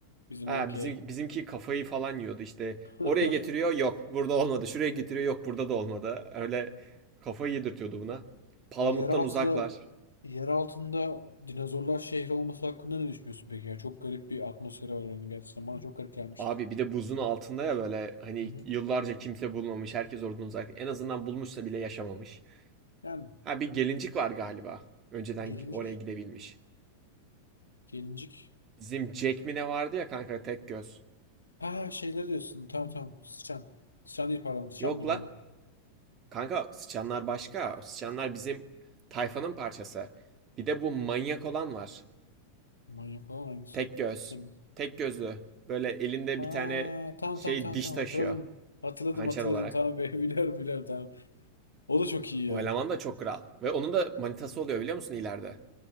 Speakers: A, on the left; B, on the right.
A: bizim
B: Ha
A: erkeğe.
B: bizim bizimki kafayı falan yiyordu işte.
A: <laughs>
B: Oraya getiriyor yok burada olmadı. Şuraya getiriyor yok burada da olmadı. Öyle kafayı yedirtiyordu buna. Palamuttan
A: Bu yeraltıda
B: uzaklar.
A: yer altında dinozorlar şehri olması hakkında ne düşünüyorsun peki ya? Çok garip bir atmosferi var onun gerçekten. Bana çok garip gelmişti.
B: Abi bir de buzun altında ya böyle hani
A: Hı hı.
B: yıllarca kimse bulmamış. Herkes oradan uzak. En azından bulmuşsa bile yaşamamış.
A: Yani
B: Ha bir gelincik var galiba. Önceden
A: gelincik,
B: oraya gidebilmiş.
A: gelincik.
B: Bizim Jack mi ne vardı ya kanka tek göz.
A: Ha şeyleri diyorsun. Tamam tamam. Sıçan. Sıçan değil pardon. Sıçan
B: Yok
A: mıydı
B: la.
A: o?
B: Kanka sıçanlar başka. O sıçanlar bizim tayfanın parçası. Bir de bu manyak olan var.
A: Manyak olan hangisi?
B: Tek göz.
A: Hatırlamıyorum.
B: Tek gözlü. Böyle elinde
A: Ha
B: bir tane
A: tamam
B: şey
A: tamam tamam
B: diş
A: tamam
B: taşıyor.
A: hatırladım. Hatırladım
B: Hançer
A: hatırladım
B: olarak.
A: tamam be <laughs> biliyorum biliyorum tamam. O da çok iyi
B: O
A: ya.
B: eleman da çok kral. Ve onun da manitası oluyor biliyor musun ileride?